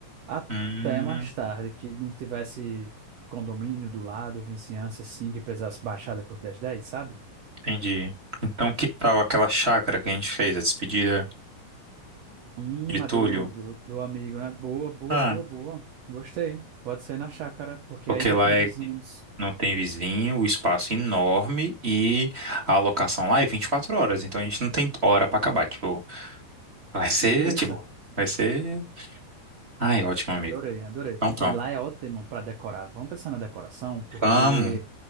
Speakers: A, on the right; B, on the right.
A: até
B: Hum.
A: mais tarde, que não tivesse condomínio do lado, vizinhança assim, que precisasse baixar depois das dez sabe?
B: Entendi. Então, que tal aquela chácara que a gente fez, a despedida
A: Hum,
B: de Túlio?
A: a do, do, do amigo, né? Boa, boa,
B: Ah,
A: boa, boa. Gostei. Pode ser na chácara, porque
B: porque
A: aí não
B: lá
A: tem
B: é,
A: vizinhos.
B: não tem vizinho, o espaço é enorme e a alocação lá é 24 horas, então a gente não tem hora pra acabar. Tipo, vai ser,
A: Beleza.
B: tipo, vai ser. Ai, ótimo,
A: Adorei,
B: amigo.
A: adorei.
B: Então, pronto.
A: E lá é ótimo para decorar. Vamos pensar na decoração, porque
B: Vamos.